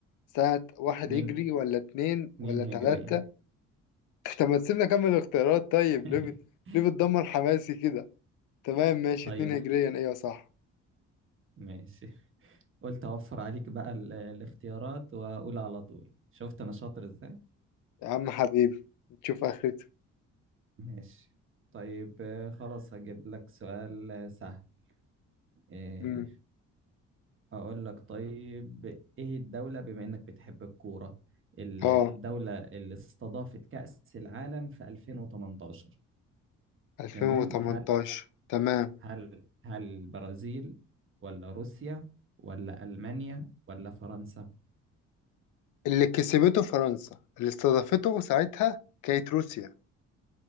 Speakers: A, on the left; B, on the right.
A: سنة واحد
B: اتنين
A: هجري ولا اتنين
B: اتنين
A: ولا
B: هجرية
A: تلاتة <laughs> طب ما تسيبنا أكمل الاختيارات طيب
B: <laughs>
A: ليه بت- ليه بتدمر حماسي كده تمام ماشي
B: طيب
A: اتنين هجريا أيوة صح
B: ماشي قلت اوفر عليك بقى ال- الاختيارات واقول على طول شفت انا شاطر ازاي
A: يا عم حبيبي نشوف اخرته
B: ماشي طيب آه، خلاص هجيب لك سؤال آه، سهل إيه
A: امم
B: هقول لك طيب ايه الدولة بما انك بتحب الكورة ال-
A: اه
B: الدولة اللي استضافت كأس العالم في 2018
A: 2018
B: تمام هل
A: تمام
B: هل هل البرازيل ولا روسيا ولا ألمانيا ولا فرنسا
A: اللي كسبته فرنسا اللي استضافته ساعتها كانت روسيا